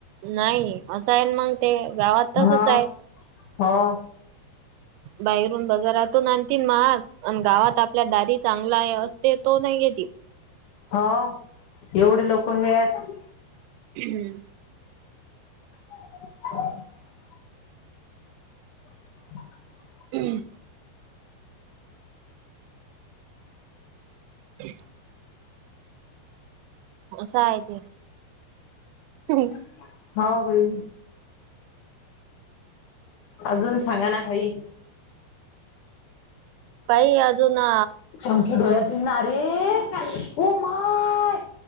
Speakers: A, on the right; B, on the left.
A: नाही असं आहे म्हगते गावात तसच
B: हा
A: आहे.
B: हो
A: बाहेरून बाजारातून आणतील महाग अन.. गावात आपल्या दारी चांगला आहे असते तो नाही घेत ती.
B: आ.. ओ.. एवढे लोक हे आहेत.
A: <inaudible>
B: <inaudible> <inaudible>
A: <inaudible> <inaudible> आस हाय ती ह्म्म्म
B: हा.. ओ.. बई अजून सांगा ना काही
A: ताई अजू.. ना
B: चमकी डोळ्यात जाईल ना रे.. ओ.. माय